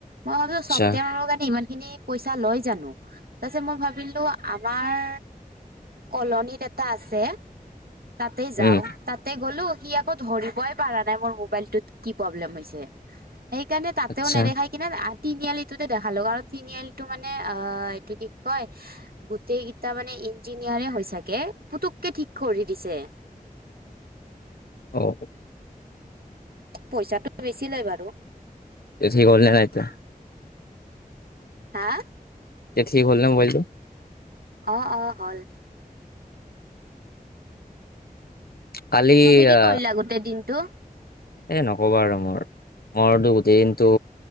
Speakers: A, on the right (about 80°); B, on the left (about 85°).
A: মই কলোঁ
B: আচ্ছা,
A: চফ্টৱেৰ মাৰিব কাৰণে ইমান খিনি পইচা লয় জানোঁ। তাৰপিছত মই ভাবিলোঁ আমাৰ কলনীত এটা আছে, তাতে
B: উম,
A: যাওঁ। তাতে গ'লো, সি আকৌ ধৰিবই পাৰা নাই মোৰ মবাইলটোত কি প্ৰব্লেম হৈছে। সেইকাৰণে তাতেও
B: আচ্ছা,
A: নেখায় কি তিনিআলিটোতে দেখালো, কাৰণ তিনিআলিটো মানে অহ, এইটো কি কয়। গোটেই কেইটা মানে ইঞ্জিনিয়াৰে হৈ চাগে, পুতুকে ঠিক কৰি দিছে।
B: অহ।
A: পইচাটো বেছি লৈ বাৰু।
B: তে ঠিক হ'লেনে নাই এতিয়া?
A: হা!
B: তে ঠিক হ'লনে মোবাইলটো?
A: অ', অ' হ'ল।
B: কালি
A: তুমি কি
B: আ
A: কৰিলা গোটেই দিনটো?
B: এ নকবা আৰু মোৰ, মোৰটো গোটেই দিনটো